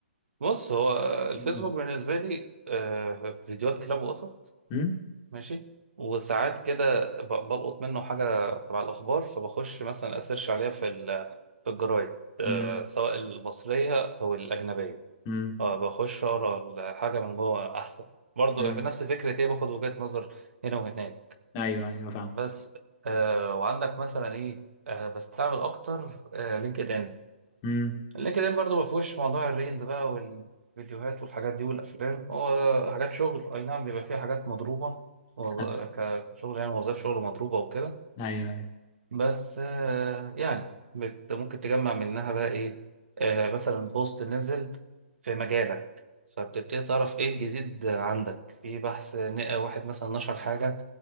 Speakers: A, on the right; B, on the left.
A: بص هو الفيسبوك
B: مم.
A: بالنسبة لي آه، فيديوهات كلاب وقطط
B: امم
A: ماشي وساعات كده ب- بلقط منه حاجة تبع الأخبار فبخش مثلا أسيرش عليها في ال- في الجرايد آه،
B: امم
A: سواء المصرية أو الأجنبية
B: امم
A: آه، بخش أقرأ الحاجة من جوه أحسن برضه
B: امم
A: في نفس فكرة إيه باخد وجهة نظر هنا وهناك
B: ايوه ايوه فاهم
A: بس آه، وعندك مثلا إيه آه، بستعمل أكتر لينكد إن
B: امم
A: اللينكدين برضه ما فيهوش موضوع الريلز بقى والفيديوهات والحاجات دي والافلام هو حاجات شغل اي نعم بيبقى فيها حاجات مضروبه
B: <laughs>
A: وظ- ك- كشغل يعني وظائف شغل مضروبه وكده
B: ايوه ايوه
A: بس آه، يعني بت ممكن تجمع منها بقى ايه آه، مثلا بوست نزل في مجالك فبتبتدي تعرف ايه الجديد عندك في بحث ن- واحد مثلا نشر حاجه